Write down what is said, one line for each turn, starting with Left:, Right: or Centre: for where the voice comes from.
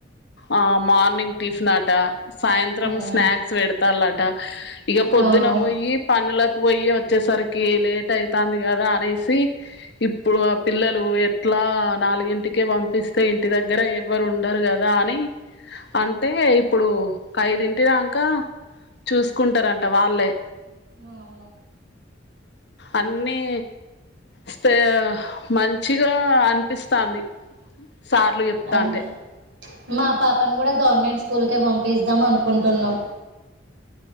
Left: ఆ మార్నింగ్ టిఫిన్ అట సాయంత్రం
Right: ఉమ్,
Left: స్నాక్స్ పెడ్తలట ఇక పొద్దున
Right: అవును అవును
Left: పోయి ఇళ్ళకి పోయి వచ్చేసరికి లేట్ అయితాంది కదా అనేసి ఇప్పుడు ఆ పిల్లలు ఎట్లా నాలుగింటికె పంపిస్తే ఇంటి దగ్గర ఎవ్వరు ఉండరు కదా అని అంటె ఇప్పుడు ఐదింటి దాంక చూసుకుంటరంట వాళ్ళే
Right: అవును
Left: అన్నీ స్తే ఆ మంచిగా అనిపిస్తాంది సార్లు
Right: అదే
Left: చెప్తాంటే
Right: అన్ని మా పాపను కూడ గవర్నమెంట్ స్కూల్కే పంపిస్ద్దాం అనుకుంటున్నాం